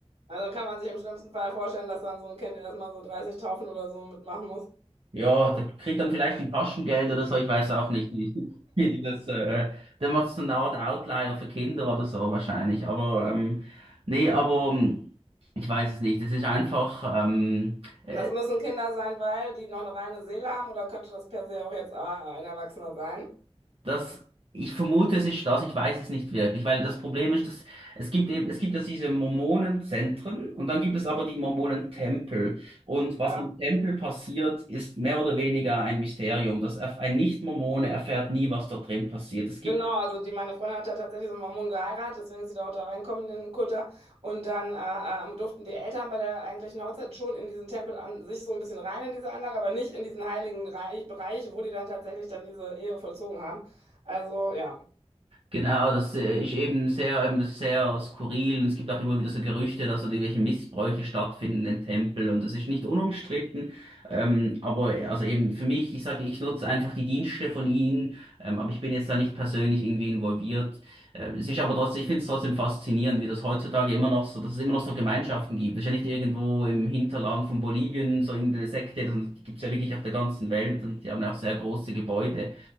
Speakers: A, on the right; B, on the right.
A: Also kann man sich im schlimmsten Fall vorstellen, dass dann so ein Kind erstmal so 30 Taufen oder so mitmachen muss.
B: ja, da kriegt dann vielleicht ein Taschengeld oder so, ich weiß auch nicht, wie, <laughs> wie die das äh, der macht so eine Art Outlier für Kinder oder so wahrscheinlich. Aber ähm, nee, aber ähm, ich weiß es nicht. Es ist einfach ähm, äh,
A: Und das müssen Kinder sein, weil die noch eine reine Seele haben oder könnte das per se auch jetzt äh, ein Erwachsener sein?
B: Das, ich vermute, es ist das, ich weiß es nicht wirklich, weil das Problem ist, dass es gibt eben, es gibt ja diese Mormonenzentren und dann gibt es aber die Mormonentempel. Und was
A: Ja.
B: im Tempel passiert, ist mehr oder weniger ein Mysterium. Das erf- ein Nicht-Mormone erfährt nie, was dort drin passiert. Es gibt
A: Genau, also die, meine Freundin hat ja tatsächlich so einen Mormonen geheiratet, deswegen ist sie da auch da reingekommen in den Kult da. Und dann äh, äh, durften die Eltern bei der eigentlichen Hochzeit schon in diesen Tempel an sich so ein bisschen rein in diese Anlage, aber nicht in diesen heiligen Reich, Bereich, wo die dann tatsächlich dann diese Ehe vollzogen haben. Also ja.
B: Genau, das äh, ist eben sehr, eben das ist sehr skurril. Und es gibt auch immer wieder so Gerüchte, dass dort irgendwelche Missbräuche stattfinden in Tempeln und das ist nicht unumstritten. Ähm, aber also eben für mich, ich sage, ich nutze einfach die Dienste von ihnen, ähm, aber ich bin jetzt da nicht persönlich irgendwie involviert. Äh, es ist aber trotzdem, ich finde es trotzdem faszinierend, wie das heutzutage immer noch so, dass es immer noch so Gemeinschaften gibt. Das ist ja nicht irgendwo im Hinterland von Bolivien so irgendeine Sekte, sondern die gibt es ja wirklich auf der ganzen Welt und die haben ja auch sehr große Gebäude.